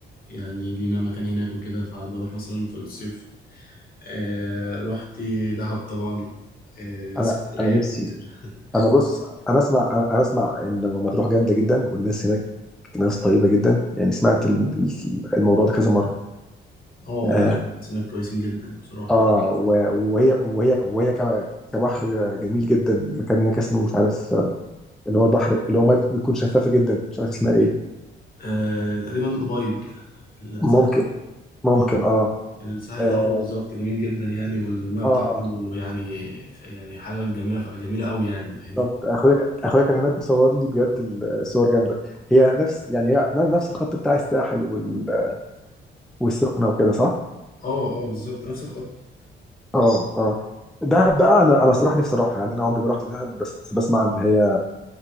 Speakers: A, on the left; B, in the centre.
A: يعني لينا مكان هناك وكده فبروح مثلا في الصيف آه، رحت دهب طبعا آه،
B: انا
A: اسكندرية
B: انا نفسي
A: كتير <laughs>
B: انا بص انا اسمع انا أنا اسمع ان مطروح جامده جدا والناس هناك ناس طيبه جدا يعني سمعت الم- الموضوع ده كذا مره
A: اه لا
B: اه
A: بس هناك كويسين جدا بصراحة
B: آه،
A: يعني.
B: و- وهي وهي وهي ك- كبحر جميل جدا مكان هناك اسمه مش عارف آه، اللي هو البحر اللي هو ميه بتكون شفافه جدا مش عارف اسمها ايه
A: آه تقريبا الأبيض الساحل
B: ممكن ممكن
A: اه
B: اه
A: الساحل
B: اه
A: ده اه بالظبط جميل جدا يعني والميه بتاعته
B: آه،
A: يعني يعني حاجة جميلة جميلة قوي يعني فاهم
B: بالظبط اخويا اخويا كان هناك وصور لي بجد الصور جامده هي نفس يعني هي نفس الخط بتاع الساحل وال- والسخنه وكده صح؟
A: اه اه بالظبط نفس الخط
B: اه اه دهب بقى انا انا صراحه نفسي اروحها يعني انا عمري ما رحت دهب بس بسمع ان هي